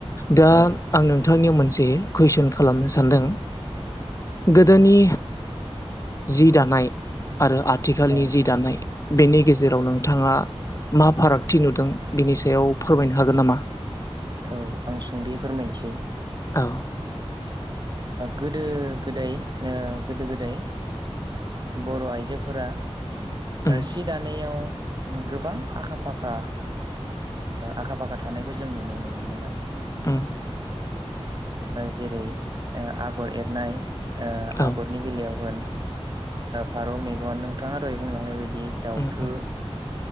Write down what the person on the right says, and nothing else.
औ
औ
औ आं सुंदै फोरमायनोसै
गोदो गोदाय गोदो गोदाय बर' आइजोफोरा
सि दानायाव गोबां आखा फाखा आखा फाखा थानायखौ जों नुनो मोनोमोन।
जेरै आगर एरनाय
आगरनि बेलायाव होन फारौ मेगन नोंथाङा दहाय बुंलांनाय बायदि दाउथु